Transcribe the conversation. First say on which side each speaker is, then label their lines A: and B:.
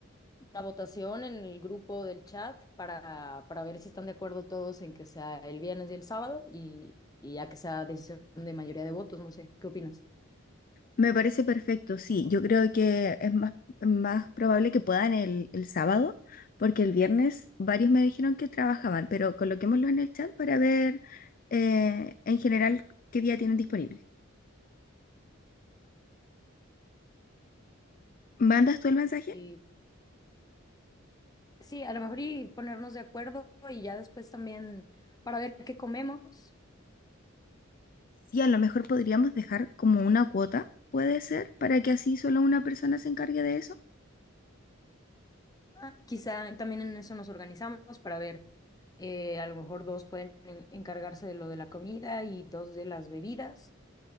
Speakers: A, on the left (about 20°); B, on the left (about 40°).
A: una votación en el grupo del chat para, para ver si están de acuerdo todos en que sea el viernes y el sábado y, y ya que sea decisión de mayoría de votos, no sé, ¿qué opinas?
B: Me parece perfecto, sí. Yo creo que es más, más probable que puedan el, el sábado, porque el viernes varios me dijeron que trabajaban, pero coloquémoslo en el chat para ver eh, en general qué día tienen disponible. ¿Mandas tú el mensaje?
A: Y sí, a lo mejor y ponernos de acuerdo y ya después también para ver qué comemos.
B: Sí, a lo mejor podríamos dejar como una cuota, puede ser, para que así solo una persona se encargue de eso.
A: Ah, Quizá también en eso nos organizamos para ver, eh, a lo mejor dos pueden en- encargarse de lo de la comida y dos de las bebidas.